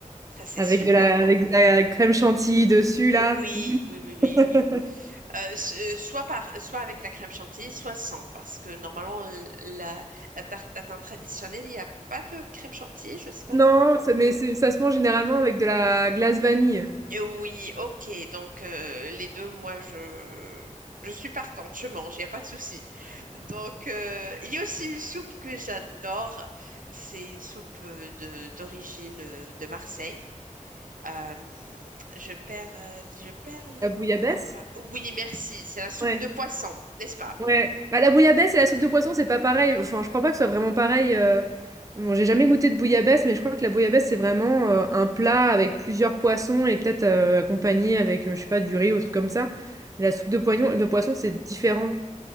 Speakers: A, on the right; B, on the right.
A: ça c'est
B: Avec
A: super
B: de la,
A: bon.
B: avec de la crème chantilly dessus, là.
A: Oui, oui, oui, oui,
B: <laughs>
A: oui. Euh, s- euh, soit par soit avec la crème chantilly, soit sans, parce que normalement euh, la, la tarte tatin traditionnelle, il n'y a pas de crème chantilly. Je sais pas,
B: Non, ça- mais c'est- ça se mange généralement avec de la glace vanille.
A: Et oui, ok. Donc, euh, les deux, moi, je... je suis partante, je mange, il n'y a pas de souci. Donc, euh, il y a aussi une soupe que j'adore. C'est une soupe euh, de- d'origine euh, de Marseille. Euh, je perds, euh, je perds les
B: La bouillabaisse?
A: mots parfois. Oui, merci. C'est la soupe
B: Ouais.
A: de poisson, n'est-ce pas?
B: Ouais. Bah, la bouillabaisse et la soupe de poisson, c'est pas pareil. Enfin, je crois pas que ce soit vraiment pareil. euh, Bon, j'ai jamais goûté de bouillabaisse, mais je crois que la bouillabaisse, c'est vraiment euh, un plat avec plusieurs poissons et peut-être euh, accompagné avec, euh, je sais pas, du riz ou truc comme ça. La soupe de poisson, de poisson, c'est différent. Je